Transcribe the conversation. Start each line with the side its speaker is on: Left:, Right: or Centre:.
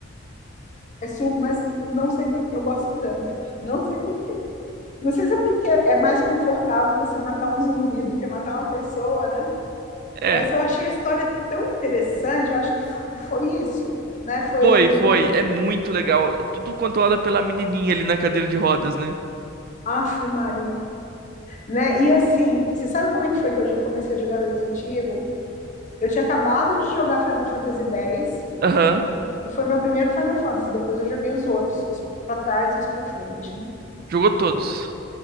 Left: é suco, mas não sei por que eu gosto tanto. Não sei por quê. Não sei se é porque é mais confortável você matar um zumbi do que matar uma pessoa, né?
Right: É.
Left: Mas eu achei a história tão interessante, eu acho que foi isso, né? Foi
Right: Foi, foi. É muito legal. É Tudo controlado pela menininha ali na cadeira de rodas, né?
Left: Aff, Maria, né? E assim, você sabe como é que foi que eu comecei a jogar Resident Evil? Eu tinha acabado de jogar Final Fantasy X,
Right: Aham.
Left: e foi meu primeiro Final Fantasy, depois eu joguei os outros, os para trás e os para frente, né?
Right: Jogou todos.